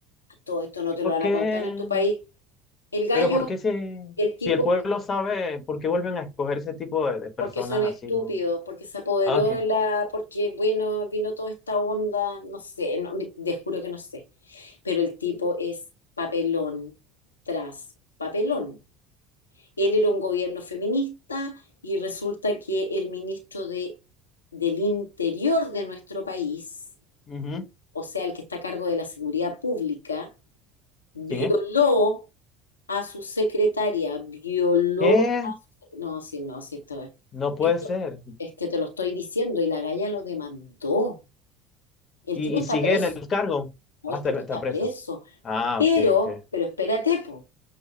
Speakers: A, on the left; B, on the left.
A: Todo esto no
B: ¿Y
A: te
B: por
A: lo van
B: qué?
A: a contar en tu país. El gallo,
B: Pero ¿por qué si,
A: el tipo
B: si el pueblo sabe, por qué vuelven a escoger ese tipo de, de personas
A: porque son estúpidos,
B: así, no?
A: porque se apoderó
B: Ah, ok.
A: de la, porque bueno, vino toda esta onda, no sé, no, me- te juro que no sé, pero el tipo es papelón tras papelón. Él era un gobierno feminista y resulta que el ministro de, del Interior de nuestro país,
B: Ujú.
A: o sea, el que está a cargo de la seguridad pública, violó
B: ¿Quién es?
A: a su secretaria, violó
B: ¿Qué?
A: no, sí, no, sí, esto es.
B: No puede
A: Esto
B: ser.
A: es que te lo estoy diciendo y la galla lo demandó. El
B: Y,
A: tipo
B: y
A: está
B: sigue
A: preso,
B: en el cargo.
A: o
B: Ah,
A: el
B: está,
A: tipo
B: está
A: está
B: preso.
A: preso.
B: Ah,
A: Pero,
B: ok, ok.
A: pero espérate, po.